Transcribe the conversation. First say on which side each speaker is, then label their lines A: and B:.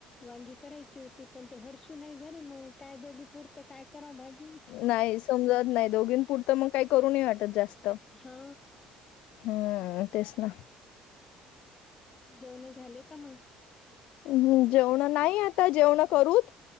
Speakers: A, on the left; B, on the left.
A: वांगी करायची होती. पण ते हरषू नाही घरी म्हणून काय दोघी पूर्त काय कराव मग,
B: नाही समजत नाही दोघीं पुरतं मग काही करूनही वाटत जास्त.
A: हा
B: हम्म तेच ना.
A: जेवण झाले का मग
B: हम्म जेवण नाही आता जेवण करूत.